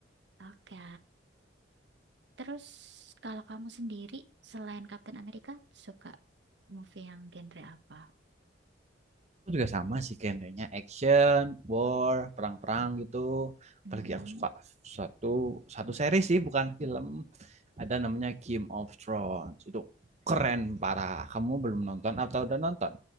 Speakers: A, on the right; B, on the right.
A: Oke. Terus kalau kamu sendiri selain Captain America suka movie yang genre apa?
B: Aku juga sama sih genrenya action, war, perang-perang gitu. Apalagi
A: Mm-mm.
B: aku suka satu satu series sih, bukan film. Ada namanya Game of Thrones. Itu keren parah. Kamu belum nonton atau udah nonton?